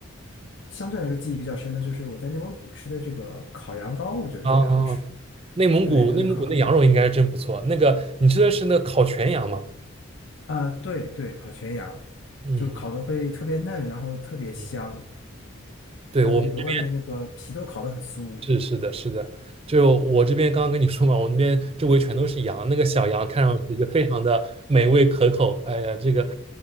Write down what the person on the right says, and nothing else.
啊啊啊！内蒙古内蒙古那羊肉应该是真不错。
那个你吃的是那个烤全羊吗？
嗯
嗯，对，
我们这边是是的是的，就我这边刚刚跟你说嘛，我们这边周围全都是羊，那个小羊看上去就非常的美味可口。哎呀，这个，